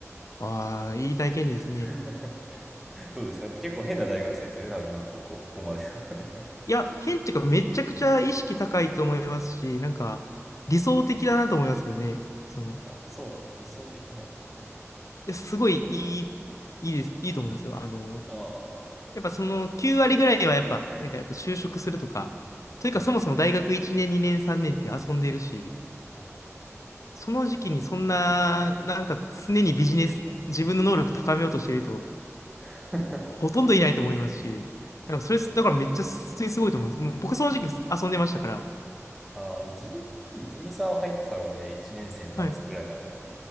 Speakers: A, on the left; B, in the centre.
A: ああ、いい体験ですね。
B: な。<laughs> どうですか結構変な大学生ですよね、多分今のとこ、ここまでは。
A: いや、変っていうか、めちゃくちゃ意識高いと思いますし、なんか、理想的だなと思いますけどね。その、
B: <laughs> あ、そうなの、理想的なのか。なるほ
A: え、すごいいい、いいです、いいと思いますよ。あの、
B: ど。
A: やっぱその9割ぐらいはやっぱ、なんかやっぱ就職するとか、というかそもそも大学1年、2年、3年って遊んでるし、
B: ああ、はい。
A: その時期にそんな、なんか常にビジネス、自分の能力高めようとしてる人っ
B: <laughs>
A: てほとんどいないと思いますし、なんかそれ、だからめっちゃ普通にすごいと思います。もう僕その時期遊んでましたから、
B: ああ、でも自分、でもテニサー入ってたので、1年生の夏くらいまでは。
A: はい、